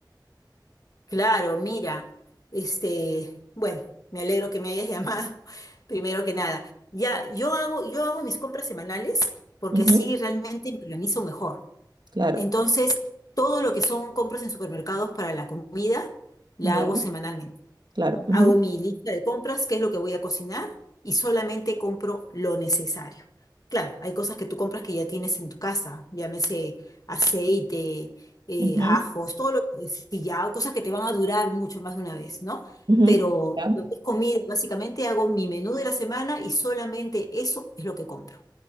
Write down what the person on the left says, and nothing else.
Claro, mira, este, bueno, me alegro que me hayas llamado, <laughs> primero que nada. Ya, yo hago, yo hago mis compras semanales porque
así realmente me organizo mejor.
Entonces, todo lo que son compras en supermercados para la comida, la
hago semanalmente.
Hago mi lista de compras, qué es lo que voy a cocinar y solamente compro lo necesario. Claro, hay cosas que tú compras que ya tienes en tu casa, llámese aceite, eh,
ajos, todo lo que si ya, cosas que te van a durar mucho más de una vez, ¿no?
Pero
lo que es comida, básicamente hago mi menú de la semana y solamente eso es lo que compro.